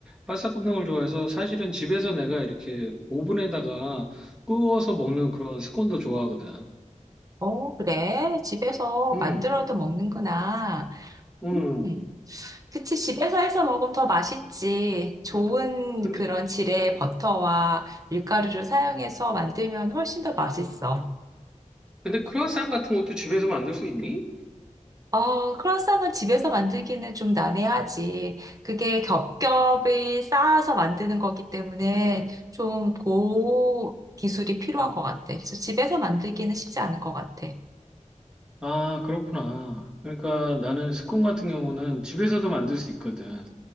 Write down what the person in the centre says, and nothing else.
바싹 굽는 걸 좋아해서 사실은 집에서 내가 이렇게 오븐에다가 구워서 먹는 그런 스콘도 좋아하거든.
음,
음.
근데
근데 크루아상 같은 것도 집에서 만들 수 있니?
아, 그렇구나. 그러니까 나는 스콘 같은 경우는 집에서도 만들 수 있거든.